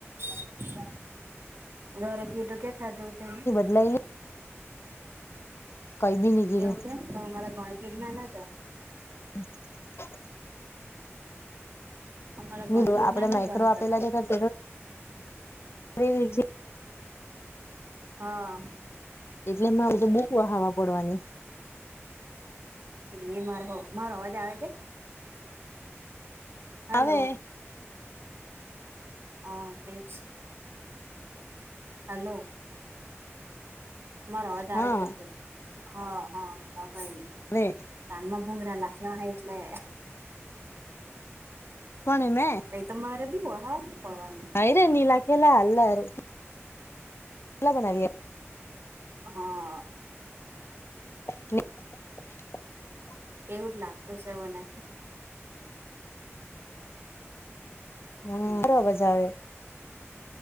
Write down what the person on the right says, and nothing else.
હા ગરે ઠીયે ટો કેટલા તૂટેની?
એવું કેમ તો હમારા ગણિત વિજ્ઞાન હાચા.
અમારા ગણિત
વિજ્ઞાન
જ
હતા
હતા
હં.
હે મારહો મારો અવાજ આવે છે? હલો
અં તે છ. હાલો. મારો અવાજ આવેછન
કેમ? હ હ તો કઈ ની.
કાન્મા ભૂંગરા લાખલા હ એટલે.
તય તમારે બી વહાત. પડવાનું
હંઅ.
એવું જ લાગતું શે વને.
હમ્મ.